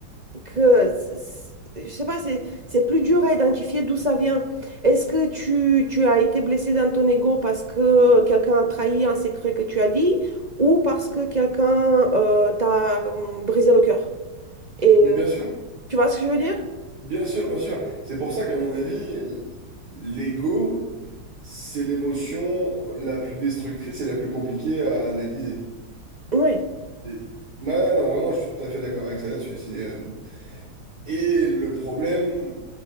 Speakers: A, on the right (about 30°); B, on the right (about 55°).
A: que c- je sais pas, c'est c'est plus dur à identifier d'où ça vient. Est-ce que tu, tu as été blessé dans ton ego parce que quelqu'un a trahi un secret que tu as dit ou parce que quelqu'un euh, t'a hum, brisé le cœur? Et
B: Mais bien sûr,
A: tu vois ce que je veux dire?
B: bien sûr, bien sûr. C'est pour ça qu'à mon avis, l'ego, c'est l'émotion la plus destructrice et la plus compliquée à analyser.
A: Oui,
B: Et- Ouais, non, vraiment, je suis tout à fait d'accord avec ça là-dessus. C'est, euh, Et le problème,